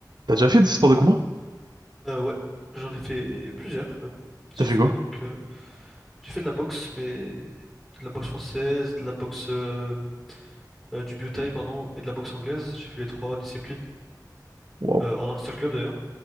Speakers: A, on the right; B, in the centre.
A: T'as déjà fait des sports de combat?
B: Euh, ouais, j'en ai fait plusieurs même.
A: T'as
B: J'ai
A: fait
B: fait
A: quoi?
B: donc euh, j'ai fait de la boxe, mais de la boxe française, de la boxe euh, euh, du Muay Thai, pardon, et de la boxe anglaise. J'ai fait les trois disciplines
A: Waouh.
B: euh, en un seul club d'ailleurs.